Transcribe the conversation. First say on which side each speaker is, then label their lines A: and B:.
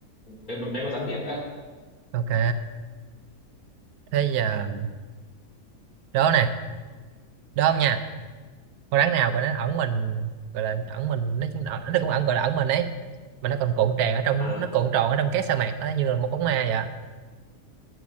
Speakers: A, on the left; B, on the right.
A: mấy, mấy con rắn biển đó
B: ok thế giờ
A: Ừ.
B: đó này đó không nha con rắn nào gọi nó ẩn mình gọi là ẩn mình nói chung là- nó cũng ẩn gọi là ẩn mình ấy mà nó còn cuộn tràn ở trong
A: ờ
B: nó cuộn tròn ở trong cát sa mạc đó như là một bóng ma vậy ạ.